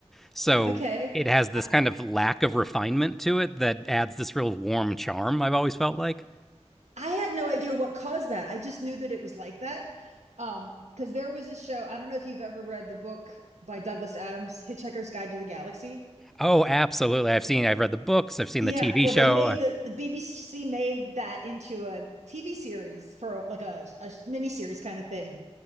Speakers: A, in the centre; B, on the right.
A: so
B: Okay.
A: it has this
B: I,
A: kind of lack of refinement to it that adds this real warm charm. I've always felt like.
B: I had no idea what caused that. I just knew that it was like that. Um, because there was a show, I don't know if you've ever read the book by Douglas Adams, Hitchhiker's Guide to the Galaxy.
A: Oh, absolutely. I've seen, I've read the books, I've seen
B: Yeah,
A: the TV
B: well,
A: show,
B: they made the the BBC made that into a TV series for like a, a mini series kind of thing.